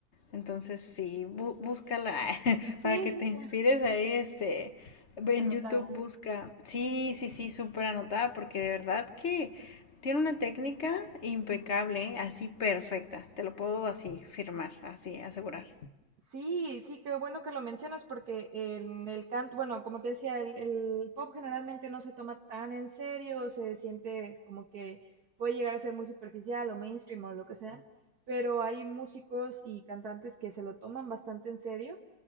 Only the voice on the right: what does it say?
Sí,
sí,
claro,
anotada.
Sí, sí, qué bueno que lo mencionas porque en el canto, bueno, como te decía, el, el pop generalmente no se toma tan en serio, se siente como que puede llegar a ser muy superficial o mainstream o lo que sea, pero hay músicos y cantantes que se lo toman bastante en serio